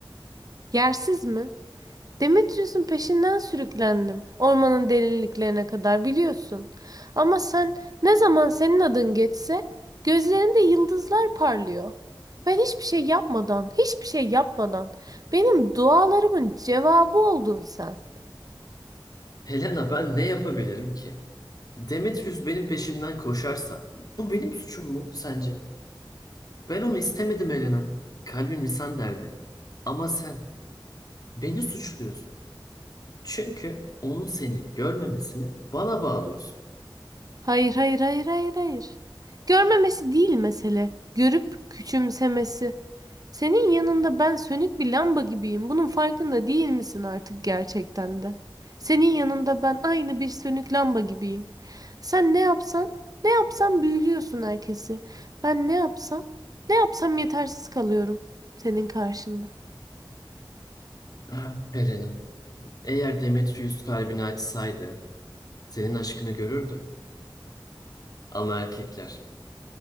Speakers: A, on the right; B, on the left.
A: Yersiz mi? Demetrius'un peşinden sürüklendim. Ormanın derinliklerine kadar biliyorsun. Ama sen ne zaman senin adın geçse gözlerinde yıldızlar parlıyor. Ben hiçbir şey yapmadan, hiçbir şey yapmadan benim dualarımın cevabı oldun sen.
B: Helena, ben ne yapabilirim ki? Demetrius benim peşimden koşarsa, bu benim suçum mu sence? Ben onu istemedim Helena. Kalbim İsander'de. Ama sen beni suçluyorsun. Çünkü onun seni görmemesini bana bağlıyorsun.
A: Hayır, hayır, hayır, hayır, hayır. Görmemesi değil mesele. Görüp küçümsemesi. Senin yanında ben sönük bir lamba gibiyim. Bunun farkında değil misin artık gerçekten de? Senin yanında ben aynı bir sönük lamba gibiyim. Sen ne yapsan, ne yapsan büyülüyorsun herkesi. Ben ne yapsam, ne yapsam yetersiz kalıyorum senin karşında.
B: Ah, Helena, eğer Demetrius kalbini açsaydı, senin aşkını görürdü. Ama erkekler